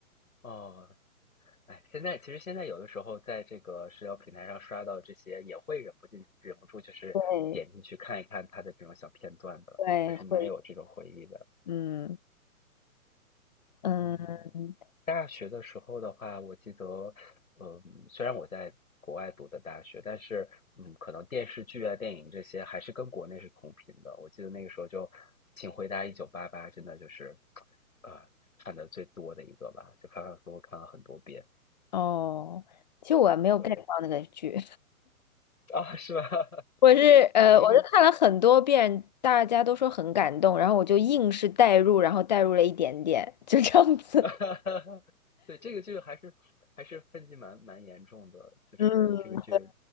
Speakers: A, on the left; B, on the left.
A: 哦，哎，现在其实现在有的时候在这个社交平台上刷到这些，也会忍不进忍不住就是点进去看一看他的这种小片段的，
B: 对对，
A: 还是蛮有这种回忆的。
B: 会，嗯嗯
A: 嗯，大学的时候的话，我记得，嗯，虽然我在国外读的大学，但是嗯，可能电视剧啊、电影这些还是跟国内是同频的。我记得那个时候就《请回答一九八八》，真的就是啊、看的最多的一个吧，就反反复复看了很多遍。
B: 哦，其实我没有
A: 对，
B: get 到那个剧。
A: 啊，是吧？<laughs>
B: 我是呃，
A: 对，因为
B: 我就看了很多遍，大家都说很感动，然后我就硬是代入，然后代入了一点点，就这样子。
A: <laughs>
B: <laughs>
A: 对这个剧还是还是分歧蛮蛮严重的，就是这个剧，
B: 嗯，